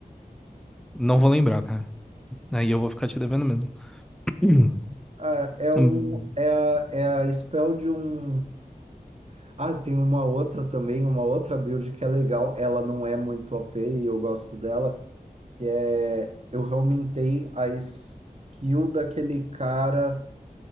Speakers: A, in the centre; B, on the right.
A: Não vou lembrar, cara. Aí eu vou ficar te devendo mesmo. <clears throat>
B: Ah, É um,
A: Hum,
B: é a, é a spell de um. Ah, tem uma outra também, uma outra build que é legal. Ela não é muito OP e eu gosto dela. Que é. Eu aumentei a skill daquele cara.